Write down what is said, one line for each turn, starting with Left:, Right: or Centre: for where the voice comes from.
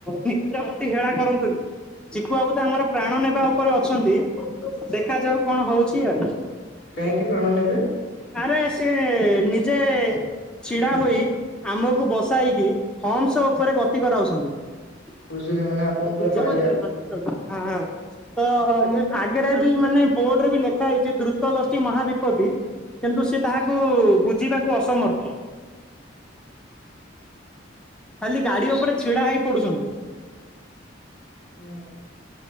Centre: ନିଜ ପ୍ରତି ହେଳା କରନ୍ତୁନି। ଚିକୁ ବାବୁ ତ ଆମର ପ୍ରାଣ ନେବା ଉପରେ ଅଛନ୍ତି, ଦେଖାଯାଉ କଣ ହଉଛି ଆଉ।
Left: କାହିଁକି ପ୍ରାଣ ନେବେ?
Centre: ଆରେ ସିଏ ନିଜେ ଛିଡା ହୋଇ, ଆମକୁ ବସାଇକି ହମ୍ସ ଉପରେ ଗତି କରାଉସନ୍ତି। <unintelligible>
Left: ବୁଝିଲି ମାନେ ଆପଣଙ୍କ ପୁରା ମାହାରିଆ
Centre: ହଁ ହଁ। ତ ଆଗରେ ବି ମାନେ ବୋର୍ଡ ରେ ବି ଲେଖା ହେଇଛି ଦ୍ରୁତ ଗତି ମହାବିପତ୍ତି। କିନ୍ତୁ ସିଏ ତାହାକୁ ବୁଝିବାକୁ ଅସମର୍ଥ। ଖାଲି ଗାଡି ଉପରେ ଛିଡା ହେଇ ପଡୁଛନ୍ତି।
Left: ହୁଁ